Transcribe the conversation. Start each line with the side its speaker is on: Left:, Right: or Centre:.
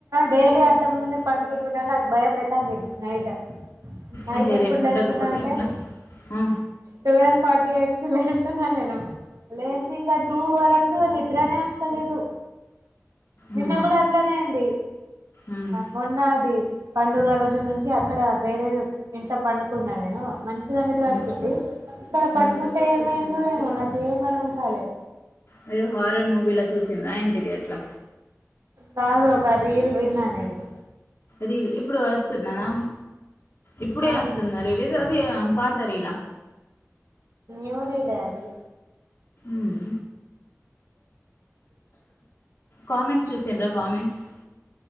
Right: డైలీ ఆ ఇంత ముందే పండుకుంటుంటే నాకు భయంమయితాంది నైట్ నైట్
Left: అరే
Right: ఎప్పుడు
Left: రేపు
Right: లేస్తున్నా
Left: ఉండకపోతే
Right: అంటే
Left: ఎట్లా ఆ
Right: ట్వెల్వ్ ఫార్టీ అట్ లే న్నా నేను లేసి ఇంకా టూ వరకు నిద్రనే వస్తలేదు నిన్న
Left: ఉహు
Right: కూడా అట్లనే అయింది
Left: ఉమ్
Right: మొన్నది పండుగ రోజు నుంచి అక్కడ వేరే ఇంట్లా పండుకున్నా నేను మంచిగా నిద్ర వచ్చిద్ది
Left: ఉమ్
Right: ఇక్కడ పండుకుంటే
Left: ఉమ్
Right: ఏమైందో ఏమో నాకి ఏం అర్థం కాలే
Left: మీరు హార్రర్ మూవీలా చూసిన్రా ఏంటిది ఎట్లా
Right: కాదు <inaudible> రీల్ విన్నానేను
Left: రీల్ ఇప్పుడు వస్తున్నానా ఇప్పుడే
Right: అవును
Left: వస్తున్నా రిలీజ్ పాత రీలా
Right: ఎవ్వరు ఈలె ఆది
Left: ఉమ్ కామెంట్స్ చూసిండ్రా కామెంట్స్